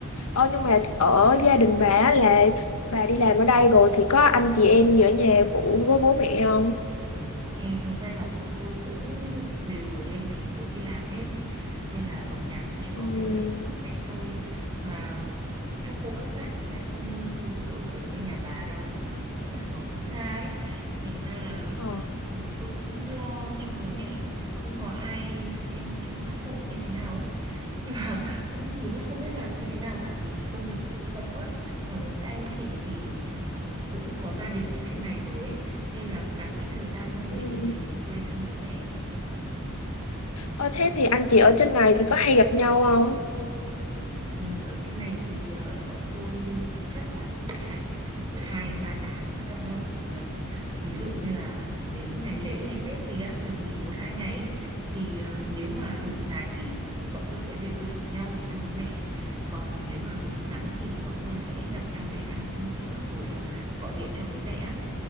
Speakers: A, on the left (about 80°); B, on the right (about 20°).
A: Ờ, nhưng mà ở gia đình bà á là bà đi làm ở đây rồi thì có anh chị em gì ở nhà phụ với bố mẹ không?
B: Ừ, thực ra là bọn tôi cũng đều lên thành phố đi làm hết ấy nên là ở nhà cũng chỉ
A: Ừm.
B: có mỗi bố mẹ thôi mà các cô các bác thì lại không ở gần như nhà bà đâu các cô các bác ở cũng xa ấy thành ra là
A: Ờ.
B: ừ, tôi cũng lo cho bố mẹ không có ai xem chăm sóc hộ như thế nào ấy <laughs> nhưng mà cũng đúng là không biết làm như thế nào cả vì công việc của tôi bận quá còn các anh chị thì ừ, cũng có gia đình ở trên này rồi ấy, nên là càng ít thời gian hơn
A: Ừm.
B: để đi về quê thăm bố mẹ. ấy.
A: Ờ, thế thì anh chị ở trên này thì có hay gặp nhau không?
B: Ừ, ở trên này thì ờ, bọn tôi chắc là cũng phải hai ba tháng mới gặp nhau được một lần. Ví dụ như là đến ngày lễ, ngày Tết gì á, được nghỉ một hai ngày ấy, thì ờ, nếu mà đủ dài thì bọn tôi sẽ về quê cùng nhau để thăm bố mẹ. Còn nếu mà nghỉ ngắn thì bọn tôi sẽ gặp nhau để ăn uống một bữa rồi ờ, gọi điện cho bố mẹ á.